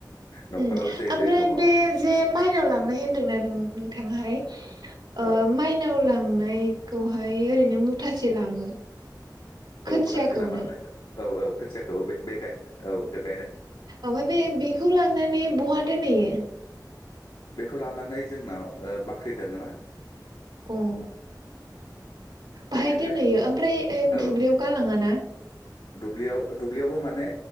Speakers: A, on the left; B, on the right.
A: न'खराव
B: उम
A: जाय
B: ओमफ्राय
A: जाय दङ
B: बे
A: औ
B: जे माइनाव लांनाय होन्दोंना नों नोंथाङाहाय ओ
A: औ
B: माइनाव लां लांनायखौहाय ओरैनो मुथासे लाङो
A: औ
B: खोथियाखौनो
A: मुथासे लांनानै औ-औ खोथियाखौ बे-बे गाय औ बे
B: ओमफ्राय बे बेखौ लांनानै बहा दोनहैयो
A: बेखौ लांनानै जोंनाव ओ बाख्रि दोङो ना
B: अ' उम
A: बेनिफ्राय
B: बाहाय दोनहैयो ओमफ्राय
A: औ
B: दुब्लियाव गालाङा ना
A: दुब्लियाव दुब्लियावबो माने